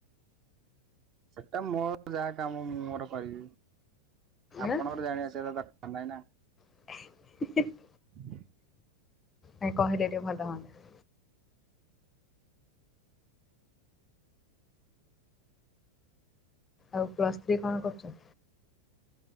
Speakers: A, on the right (about 30°); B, on the left (about 20°).
A: ସେଟା ମୋର ଯାହା କାମ ମୁଁ ମୋର କରିବି ଆପଣଙ୍କର
B: ଆଁ?
A: ଜାଣିବା ସେଇଟାର ଭାଇ ନା।
B: <inaudible>
A: <inaudible>
B: ନାଇଁ କହିଲେ ଟିକେ ଭଲ ହୁଅନ୍ତା। ଆଉ ପ୍ଲସ୍ ଥ୍ରୀ କଣ କରୁଚ?